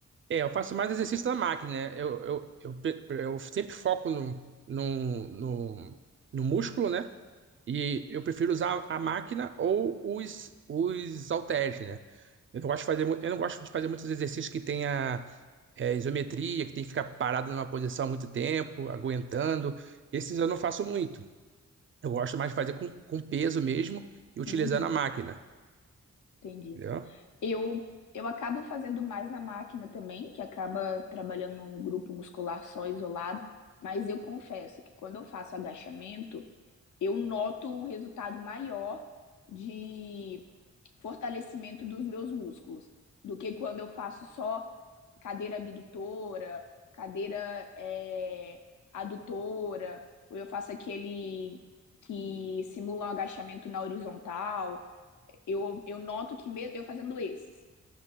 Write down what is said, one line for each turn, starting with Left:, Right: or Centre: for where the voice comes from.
Right: É, eu faço mais exercício na máquina, né? Eu, eu, eu, pe- eu sempre foco no, no, no, no músculo, né? E eu prefiro usar a máquina ou os, os halteres, né? Eu não gosto de fazer, mu- eu não gosto de fazer muitos exercícios que tenha é, isometria, que tem que ficar parado numa posição muito tempo, aguentando. Esses eu não faço muito. Eu gosto mais de fazer com, com peso mesmo e utilizando
Left: Uhum,
Right: a máquina,
Left: entendi.
Right: entendeu?
Left: Eu, eu acabo fazendo mais na máquina também, que acaba trabalhando um grupo muscular só isolado, mas eu confesso que quando eu faço agachamento, eu noto um resultado maior de fortalecimento dos meus músculos do que quando eu faço só cadeira abdutora, cadeira é, adutora, ou eu faço aquele que simula um agachamento na horizontal. Eu, eu noto que mesmo eu fazendo esses